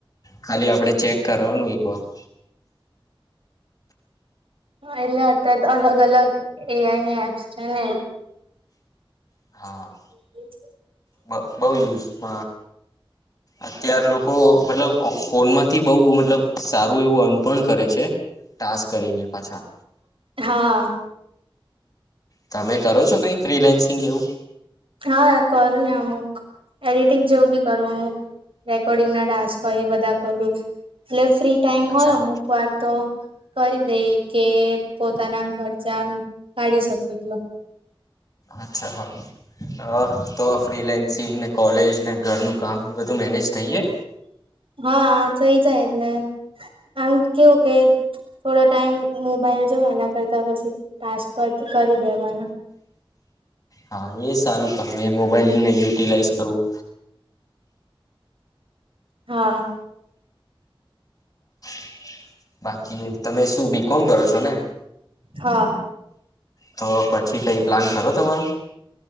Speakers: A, on the left; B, on the right.
A: ખાલી આપણે ચેક કરનું વવા <inaudible>
B: એલે અત્યારે અલગ અલગ એઆઈ ની એપ્સ છે ને.
A: હા.
B: <inaudible>
A: બ બહુ યુઝ હ અત્યાર લોકો મતલબ ફોનમાં જ થી બહુ મતલબ સારું એવું અનપણ કરે છે તાસ કરીને પાછા
B: હા
A: તમે કરો છો કઈ ફ્રીલેન્સિંગ એવું
B: હા કરું ને અમુક એડિટિંગ જેવું બી કરું અમુક રેકોર્ડિંગ ના ટાસ્ક હોય એ બધા કરું એટલે ફ્રી ટાઈમ
A: અચ્છા
B: હોય અમુક વાર તો કરી દે કે પોતાના ખર્ચા કાઢી શકે એટલો
A: અચ્છા હા. હ તો ફ્રીલેન્સિંગ ને કોલેજ ને ઘરનું કામ બધું મેનેજ થઈ જાય.
B: હા થઈ જાય એટલે આમ કેવું કે થોડો ટાઈમ મોબાઈલ જો એના કરતા પછી ટાસ્ક કરી દેવાનો
A: હા એ સારું કામ એ મોબાઈલને યુટિલાઈઝ કરું.
B: હા.
A: <inaudible> બાકી તમે શું બીકોમ કરો છો ને
B: હા
A: તો પછી કઈ પ્લાન કરો તમારો.